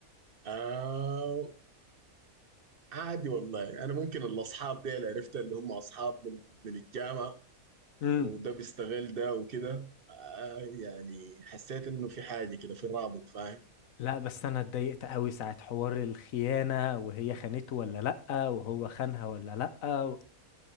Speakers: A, on the right (about 45°); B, on the left (about 70°).
A: آه عادي والله أنا ممكن الأصحاب دي اللي عرفتها اللي هم أصحاب من من الجامعة
B: امم
A: وده بيستغل ده وكده آه يعني حسيت إنه في حاجة كده في رابط فاهم؟
B: لا بس انا اتضايقت قوي ساعة حوار الخيانة وهي خانته ولا لأ وهو خانها ولا لأ و...